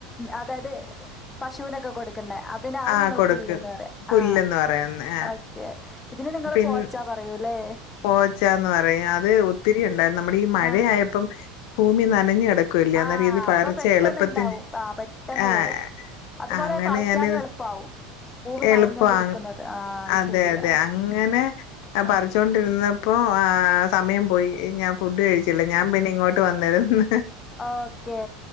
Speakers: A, on the left; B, on the left.
A: അതായത് പശുവിനൊക്കെ കൊടുക്കുന്നെ അതിനാവും
B: ആഹ്
A: നിങ്ങള്
B: കൊടുക്കും
A: പുല്ല്ന്ന് പറയ്യ
B: പുല്ലെന്ന്
A: ആ
B: പറയുന്നെ ആ
A: ഓക്കെ ഇതിന് നിങ്ങള്
B: പിൻ
A: പോച്ച പറയ്യൂലെ
B: പോച്ചാന്ന് പറയും അത് ഒത്തിരിയുണ്ട് നമ്മടെ ഈ മഴയായപ്പം
A: ആ
B: ഭൂമി നനഞ്ഞ് ടക്കുവല്ലേ അന്നേരം
A: ആ
B: ഏത് പകർച്ചെയും
A: അപ്പൊ പെട്ടെന്ന്ണ്ടാവും
B: എളുപ്പത്തിൽ
A: ആ പെട്ടെന്ന്
B: ആഹ്
A: വരും അതുപോലെ
B: അങ്ങനെ
A: പറിക്കാനും
B: ഞാന്
A: എളുപ്പാവും ഭൂമി
B: എളുപ്പാണ്
A: നനഞ്ഞോണ്ടിരിക്കുന്നത് ആ അത്
B: അതെ
A: ശരിയാ
B: അതെ അങ്ങനെ
A: ആ
B: പറിച്ചോണ്ടിരു ഓ ആഹ് സമയം പോയി ഞാൻ ഫുഡ്‌ കഴിച്ചില്ല ഞാൻ പിന്നിങ്ങോ ട്ട് വന്നിരുന്ന്
A: ഓക്കെ